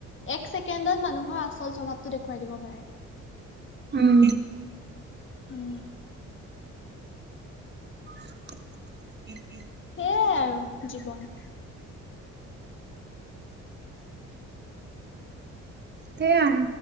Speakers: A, on the left; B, on the right.
A: এক ছেকেণ্ডত মানুহৰ আচল স্বভাৱটো দেখুৱাই দিব পাৰে
B: উম
A: উম
B: <unintelligible>
A: সেয়াই আৰু জীৱন
B: সেয়াই